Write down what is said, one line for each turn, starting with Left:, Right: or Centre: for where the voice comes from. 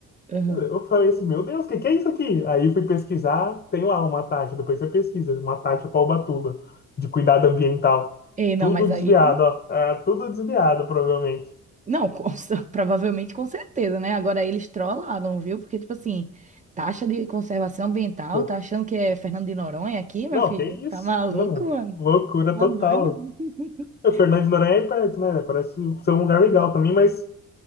Right: Aham.
Left: Eu falei assim, meu Deus, o que que é isso aqui? Aí fui pesquisar, tem lá uma taxa, depois você pesquisa, uma taxa para Ubatuba, de cuidado ambiental.
Right: Ei, não,
Left: Tudo
Right: mas
Left: desviado,
Right: aí.
Left: ó. Ah, tudo desviado, provavelmente.
Right: Não, com cer- <laughs> provavelmente com certeza, né? Agora eles trollaram, viu? Porque, tipo assim, taxa de conservação ambiental,
Left: Pô,
Right: tá achando que é Fernando de Noronha aqui, meu
Left: não,
Right: filho?
Left: que isso?
Right: Tá maluco,
Left: Não,
Right: mano?
Left: loucura
Right: Tá
Left: total.
Right: doido? <laughs>
Left: O Fernando de Noronha é aí perto, né? Parece ser um lugar legal também, mas